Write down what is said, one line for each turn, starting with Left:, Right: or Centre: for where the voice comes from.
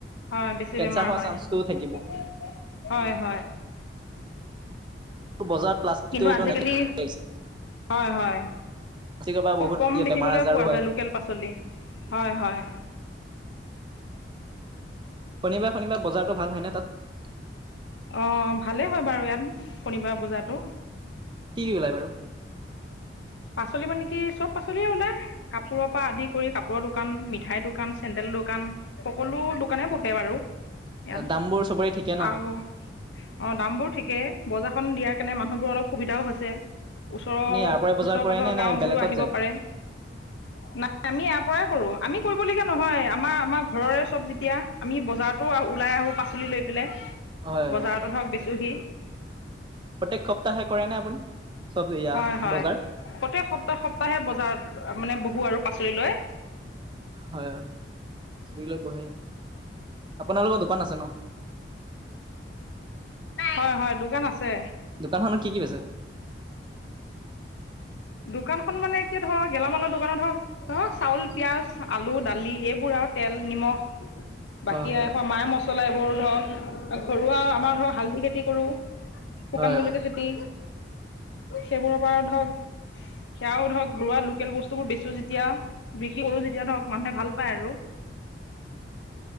Left: হয়, বেছি
Right: কেঞ্চাৰ
Left: বেমাৰ
Right: হোৱাৰ
Left: হয়-
Right: চান্সটোও থাকিব
Left: হয়-হয়।
Right: বজাৰত প্লাষ্টিকটো
Left: কিন্তু
Right: এইটো
Left: আজিকালি
Right: নাইকিয়া লাগিছে,
Left: হয়-হয়।
Right: প্লাষ্টিকৰ পৰা
Left: খুব
Right: বহুত
Left: কম দেখিবলৈ
Right: বেমাৰ আজাৰো
Left: পোৱা
Right: হয়
Left: যায় লোকেল পাচলি, হয় হয়।
Right: শনিবাৰে, শনিবাৰে বজাৰতটো ভাল হয় ন' তাত।
Left: অ' ভালেই হয় বাৰু ইয়াত শনিবাৰ পূজাতো
Right: কি কি লাই বাৰু?
Left: পাচলি মানে কি চব পাচলিয়ে ওলায়, কাপোৰৰ পৰা আদি কৰি কাপোৰৰ দোকান, মিঠাইৰ দোকান, চেণ্ডেল দোকান। সকলো দোকানে বহে বাৰু ইয়াত
Right: দামবোৰ চবৰে ঠিকে ন?
Left: আৰু অ' দাম বোৰ ঠিকে, বজাৰ খন দিয়াৰ কাৰণে মানুহবোৰৰ অলপ সুবিধাও হৈছে, ওচৰৰ
Right: আপুনি ইয়াৰ পৰাই বজাৰ
Left: ওচৰ
Right: কৰে
Left: পাজৰ
Right: নে নে
Left: গাঁওবোৰো
Right: বেলেগত
Left: আহিব
Right: যায়
Left: পাৰে নাই আমি ইয়াৰ পৰাই কৰোঁ। আমি কৰিবলগীয়া নহয়, আমাৰ আমাৰ ঘৰৰে চব যেতিয়া আমি বজাৰতো ওলাই আহোঁ, পাচলি লৈ পেলাই
Right: হয়
Left: বজাৰতো
Right: হয়।
Left: ধৰক দিছোহি
Right: প্ৰত্যেক সপ্তাহে কৰে নে আপুনি? চব এয়া
Left: হয় হয়,
Right: বজাৰ
Left: প্ৰত্যেক সপ্তাহ সপ্তাহে বজাৰত মানে আৰু পাচলি লৈ
Right: হয় <unintelligible> বহে। আপোনালোকৰ দোকান আছে ন?
Left: হয়-হয় দোকান আছে।
Right: দোকানখনত কি কি বেছে? <inaudible>
Left: দোকানখন মানে কি ধৰক গেলামালৰ দোকানত ধৰক, ধৰক চাউল পিঁয়াজ আলু দালি এইবোৰ আৰু তেল, নিমখ
Right: হয়
Left: বাকী
Right: হয়
Left: এখন মা মছলা এইবোৰ ধৰক ঘৰুৱা আমাৰ ধৰক, হালধি খেতি কৰো। শুকান
Right: হয়
Left: জলকীয়া
Right: হয়
Left: খেতি, সেইবোৰৰ পৰা ধৰক সেয়াও ধৰক ৰোৱা লোকেল বস্তুবোৰ বেছি যেতিয়া বিক্ৰী কৰো, যেতিয়া ধৰক মানুহে ভাল পায় আৰু